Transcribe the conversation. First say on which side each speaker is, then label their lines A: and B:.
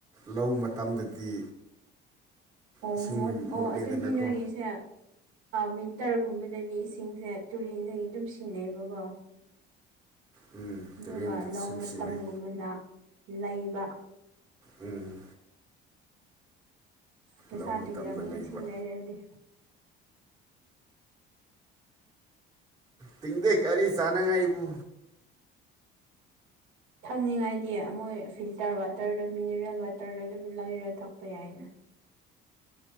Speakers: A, on the right (about 20°); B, on the right (about 85°).
A: ꯂ ꯃꯇꯝꯗꯗꯤ
B: ꯑꯣ
A: ꯏꯁꯤꯡꯗꯣ
B: ꯃꯣ ꯑꯣ
A: ꯃꯣꯠꯂꯦꯗꯅꯀꯣ
B: ꯑꯗꯨꯗꯤ ꯅꯣꯏꯒꯤꯁꯦ ꯋꯤꯟꯇꯔꯒꯨꯝꯕꯗꯗꯤ ꯏꯁꯤꯡꯁꯦ ꯇꯨꯔꯦꯟꯗꯒꯤ ꯑꯗꯨꯝ ꯁꯤꯟꯅꯩꯑꯕꯀꯣ
A: ꯎꯝ
B: ꯑꯗꯨꯒ
A: ꯇꯨꯔꯦꯟꯗ
B: ꯂꯧ
A: ꯁꯨꯝ
B: ꯃꯇꯝꯒꯨꯝꯕꯗ
A: ꯁꯤꯖꯤꯟꯅꯩ
B: ꯂꯩꯕ
A: ꯎꯝ
B: ꯄꯩꯁꯥ
A: ꯂꯧ ꯃꯇꯝꯗ
B: ꯇꯤꯡꯔꯝꯅꯤ
A: ꯂꯩꯕ
B: ꯏꯁꯤꯡ ꯂꯩꯔꯗꯤ
A: ꯇꯤꯡꯗꯦ ꯀꯔꯤ ꯆꯥꯅꯉꯥꯏꯕꯨ
B: ꯊꯛꯅꯤꯡꯉꯥꯏꯗꯤ ꯃꯣꯏ ꯐꯤꯜꯇꯔ ꯋꯥꯇꯔꯗ ꯃꯤꯅꯔꯦꯜ ꯋꯥꯇꯔꯗꯣ ꯑꯗꯨꯝ ꯂꯩꯔ ꯊꯛꯄ ꯌꯥꯏꯅ